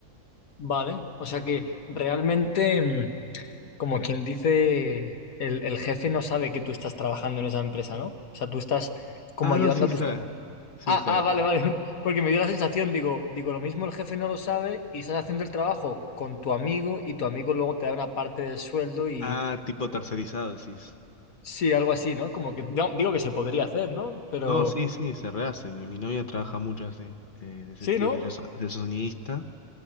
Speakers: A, on the left; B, on the left.
A: Vale, o sea que realmente, mm, como quien dice, el, el jefe no sabe que tú estás trabajando en esa empresa, ¿no? O sea, tú estás como
B: Ah,
A: ayudando
B: no, sí
A: a
B: sabes.
A: tus...
B: Sí
A: Ah,
B: sabes.
A: ah, vale, vale, <laughs> porque me dio la sensación, digo, digo, lo mismo el jefe no lo sabe y estás haciendo el trabajo con tu amigo y tu amigo luego te da una parte del sueldo y
B: Ah, tipo tercerizado, decís.
A: sí, algo así, ¿no? Como
B: Mm.
A: que no, digo que se podría hacer, ¿no? Pero
B: No, sí, sí, se rehace. Mi, mi novia trabaja mucho así, eh, de ese
A: sí,
B: estilo.
A: ¿no?
B: Yo soy, yo soy sonidista